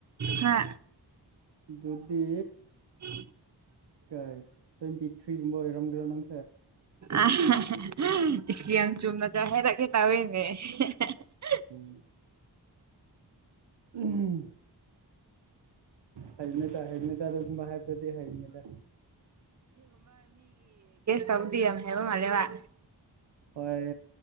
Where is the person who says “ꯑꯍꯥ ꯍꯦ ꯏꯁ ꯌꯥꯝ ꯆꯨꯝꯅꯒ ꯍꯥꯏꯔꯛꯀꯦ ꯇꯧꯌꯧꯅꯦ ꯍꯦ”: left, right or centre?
Right